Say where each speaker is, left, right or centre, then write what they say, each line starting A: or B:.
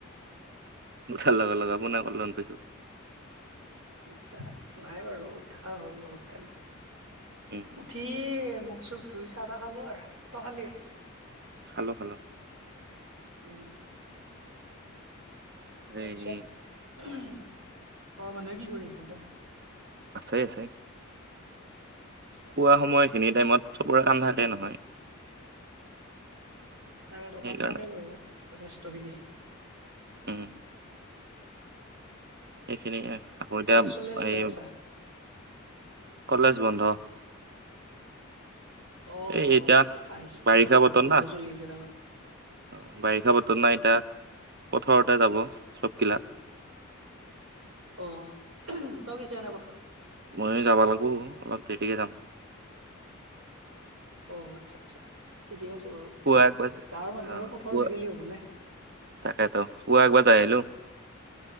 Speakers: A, on the right; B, on the right.
A: উঠাৰ লগে লগে ফোনে কল যেন পাইছো।
B: উঠা নাই বাৰু উঠা হ'ল অলপ টাইম।
A: উম, উম,
B: উঠি মুখ চুখ ধুই চাহ তাহ খালোঁ আৰু ত খালি।
A: খালো খালো।
B: উম, তাৰপিছত
A: এই
B: ঘৰৰ মানুহে কি কৰি আছে এতিয়া?
A: আছে আছে
B: আচ্ছা
A: পুৱা
B: আচ্ছা
A: সময় সেইখিনি টাইমত চবৰে কাম থাকে নহয়।
B: তাকেটো
A: সেইকাৰণে
B: কাম থাকে বাৰু যথেষ্ট খিনি।
A: উম, এইখিনিয়ে আকৌ এতিয়া
B: কলেজ চলেজ
A: এই
B: চাই আছা
A: কলেজ বন্ধ।
B: অ
A: এই এতিয়া
B: অ এই পাইছিলোয়ে
A: বাৰিষা
B: এই গৰম
A: বতৰ
B: বন্ধ
A: না
B: চলি আছে নহয়।
A: অ বাৰিষা বতৰ নাই এতিয়া পথাৰতে যাব চব বিলাক।
B: অ তই গৈছে নাই পথাৰত।
A: ময়ো যাব লাগব অলপ দেৰিকে যাম।
B: অ আৎচ্ছা আৎচ্ছা ঠিকে আছে বাৰু
A: পুৱা একবাৰ
B: গাঁৱৰ মানুহ
A: অ',
B: আৰু পথাৰত
A: পুৱা
B: নেগেলে হ'ব নে।
A: তাকেতো পুৱা একবাৰ যাই আহিলো।